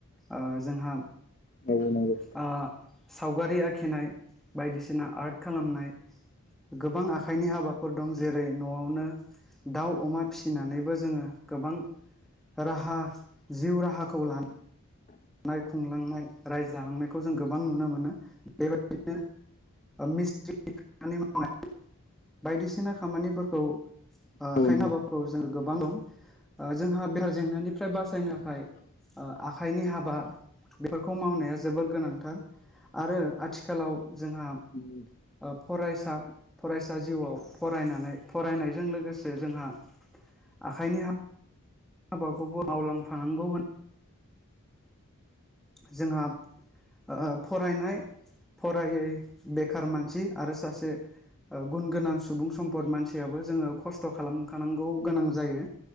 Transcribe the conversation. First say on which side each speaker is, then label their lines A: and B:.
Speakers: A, in the centre; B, on the left.
A: ओ जोंहा
B: नंगौ - नंगौ।
A: आ सावगारि आखिनाय बायदिसिना आर्ट खालामनाय गोबां आखाइनि हाबाफोर दं जेरै न'आवनो दाउ, अमा फिसिनानैबो जोङो गोबां राहा जिउ राहाखौ ला -नाय खुंलांनाय रायजो जालांनायखौ जों गोबां नुनो मोनो। बेबायदिनो मिस्ट्रि खामानि मावनाय बायदिसिना खामानिफोरखौ ओ
B: औ
A: आखाइनो
B: नंगौ
A: हाबाफ्राव जोङो गोबां दं। जोंहा बेखार जेंनानिफ्राय बासायनो <unintelligible> आखाइनि हा -बा बेफोरखौ मावनाया जोबोर गोनांथार आरो आथिखालाव जोंहा
B: <unintelligible>
A: ओ फरायसा फरायसा जिउआव फरायनानै फरायनायजों लोगोसे जोंहा आखाइनि हाबाखौबो मावलांफानांगौ <unintelligible> जोंहा ओ फरायनाय फरायै बेखार मानसि आरो सासे गुन गोनां सुबुं सम्पद मानसियाबो जोङो खस्थ' खालामखानांगौ गोनां जायो।